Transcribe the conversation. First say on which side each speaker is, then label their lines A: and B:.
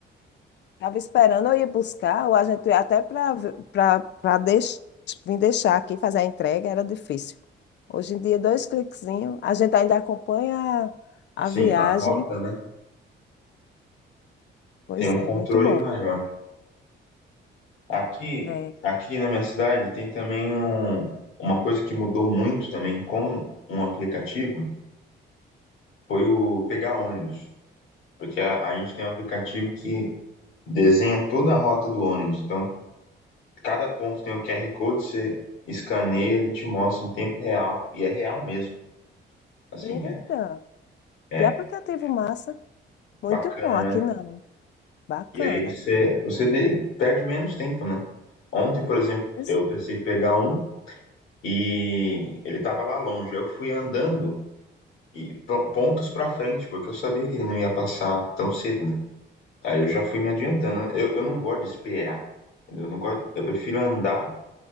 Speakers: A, on the left; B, on the left.
A: estava esperando eu ir buscar, ou a gente ia até para para deix, vir deixar aqui, fazer a entrega, era difícil. Hoje em dia, dois cliquezinhos, a gente ainda acompanha a,
B: sim,
A: a viagem.
B: a rota, né?
A: Pois
B: Tem um
A: é,
B: controle
A: muito bom.
B: maior. Aqui,
A: É.
B: aqui na minha cidade tem também um- uma coisa que mudou muito também com um aplicativo, foi o pegar ônibus, porque a, a gente tem um aplicativo que desenha toda a rota do ônibus. Então, cada ponto tem um QR Code, você escaneia, ele te mostra em tempo real, e é real mesmo. Assim,
A: Eita,
B: é, é
A: que aplicativo massa! Muito
B: bacana,
A: bom, aqui
B: né?
A: não. Bacana.
B: E aí você, você de- perde menos tempo, né? Ontem, por exemplo,
A: Pois
B: eu
A: é,
B: pensei em pegar um e ele tava lá longe. Aí Eu fui andando e pon- pontos pra frente, porque eu sabia que ele não ia passar tão cedo, né? Aí eu já fui me adiantando. né? Eu, eu não gosto de esperar, entendeu? Eu não gosto, eu prefiro andar